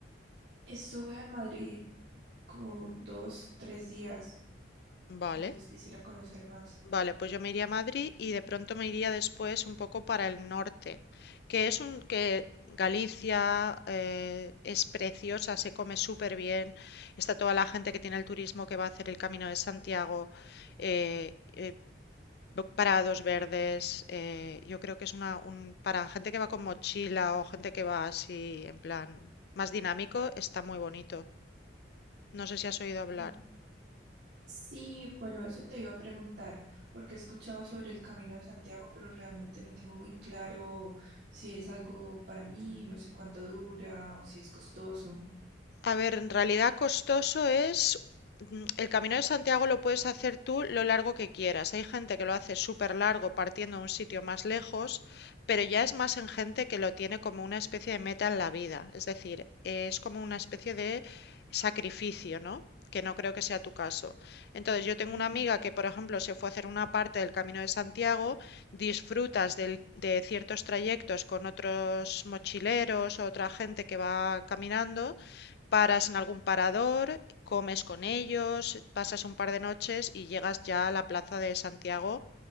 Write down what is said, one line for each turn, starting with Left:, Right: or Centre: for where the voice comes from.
Right: Estuve en Madrid como dos, tres días,
Left: vale.
Right: entonces quisiera conocer más.
Left: Vale, pues yo me iría a Madrid y de pronto me iría después un poco para el norte, que es un que Galicia eh, es preciosa, se come súper bien, está toda la gente que tiene el turismo que va a hacer el Camino de Santiago, eh, eh, bo- parados verdes, eh, yo creo que es una un, para gente que va con mochila o gente que va así en plan más dinámico, está muy bonito. No sé si has oído hablar.
Right: Ok. Sí, bueno, eso te iba a preguntar, porque he escuchado sobre el Camino de Santiago, pero realmente no tengo muy claro si es algo para mí, no sé cuánto dura o si es costoso.
Left: A ver, en realidad costoso es, mm, el Camino de Santiago lo puedes hacer tú lo largo que quieras. Hay gente que lo hace súper largo partiendo a un sitio más lejos, pero ya es más en gente que lo tiene como una especie de meta en la vida. Es decir, es como una especie de sacrificio, ¿no? Que no creo que sea tu caso. Entonces, yo tengo
Right: Mm,
Left: una amiga que, por ejemplo, se fue a hacer una parte del Camino de Santiago, disfrutas del- de ciertos trayectos con otros mochileros o otra gente que va caminando Paras en algún parador, comes con ellos, pasas un par de noches y llegas ya a la plaza de Santiago